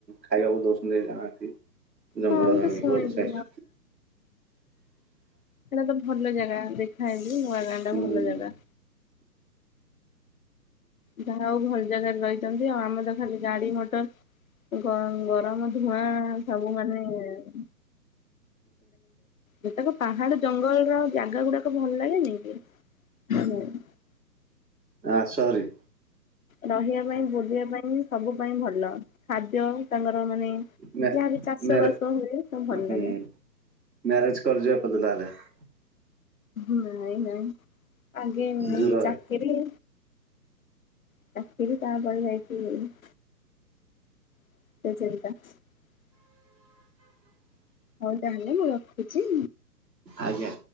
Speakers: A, on the right; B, on the left.
A: ଖାଇବାକୁ ଦଉଛନ୍ତି ଯାହା ଜଙ୍ଗଲର
B: ହଁ ଆମେ ତ ଶୁଣିଛୁ
A: ରୋଡ ସାଇ
B: ହେଟା ତ ଭଲ ଜାଗା। ଲେଖା ହେଇଚି ନୂଆ ଗାଁ ଟା
A: ହୁଁ
B: ଭଲ ଜାଗା ଯାହା ହଉ ଭଲ ଜାଗାରେ ରହିଛନ୍ତି ଆଉ। ଆମେ ତ ଖାଲି ଗାଡି ମଟର ଘ ଗରମ ଧୂଆଁ ସବୁ ମାନେ <unintelligible> ଯେତେକ ପାହାଡ ଜଙ୍ଗଲର ଜାଗା ଗୁଡାକ ଭଲ ଲାଗେନି କି। <unintelligible>
A: ଆ ଆସ ଭାରି।
B: ରହିବା ପାଇଁ ବୁଲିବା ପାଇଁ ସବୁ ପାଇଁ ଭଲ। ଖାଦ୍ୟ ବି ତାଙ୍କର ମାନେ
A: ମ୍ୟା
B: ଯାହାବି ଚାଷ
A: ମ୍ୟାରେ
B: ବାସ ହୁଏ ସବୁ ଭଲ
A: ହୁଁ
B: ଲାଗେ।
A: ମ୍ୟାରେଜ <unintelligible>
B: ନାଇଁ ନାଇଁ ଆଗେ
A: ଦୂର ହେ
B: ଚାକିରି <unintelligible> <unintelligible> ହଉ ତାହେଲେ ମୁଁ ରଖୁଚି।
A: ଆଜ୍ଞା।